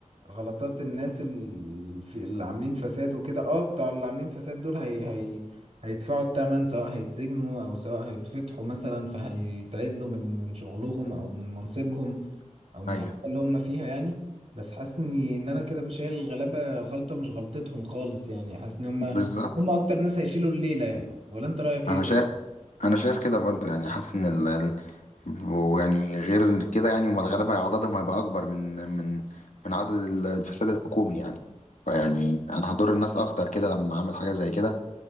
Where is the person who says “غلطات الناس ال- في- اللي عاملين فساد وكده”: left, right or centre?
Right